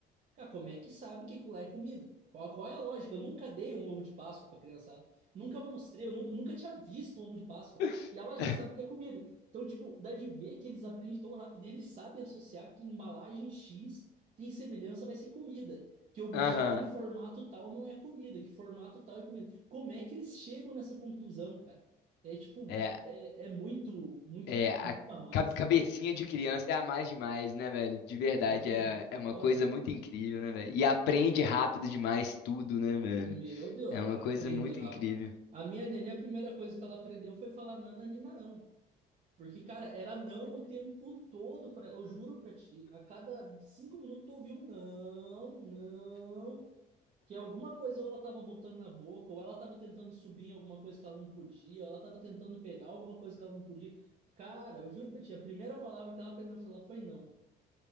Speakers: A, on the right; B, on the left.
A: Cara, como é que sabe que aquilo lá é comida? Qual, qual é a lógica? Eu nunca dei um ovo de Páscoa pra criançada. Nunca mostrei, eu nu- nunca tinha visto um ovo de Páscoa.
B: <laughs>
A: E ela já sabe que é comida. Então, tipo, dá de ver que eles aprendem tão rápido. E eles sabem associar que embalagem X tem semelhança, vai ser comida. Que objeto
B: Aham.
A: de formato tal não é comida, que formato tal é comida. Como é que eles chegam nessa conclusão, cara? É tipo,
B: É,
A: é, é muito, muito,
B: é, a
A: muito a mais.
B: ca- cabecinha de criança é a mais demais, né, velho? De verdade,
A: Não,
B: é, é uma
A: fora.
B: coisa muito incrível, né, velho? E aprende rápido demais tudo, né, velho?
A: Meu Deus,
B: É uma
A: aprender
B: coisa muito
A: rápido.
B: incrível.
A: A minha neném, a primeira coisa que ela aprendeu foi falar nana, nina, não. Porque, cara, era não o tempo todo, pra, ela, eu juro pra ti. A cada cinco minutos tu ouvia um não, não. Que alguma coisa ou ela tava botando na boca, ou ela tava tentando subir em alguma coisa que ela não podia, ou ela tava tentando pegar alguma coisa que ela não podia. Cara, eu juro pra ti, a primeira palavra que ela aprendeu a falar foi não.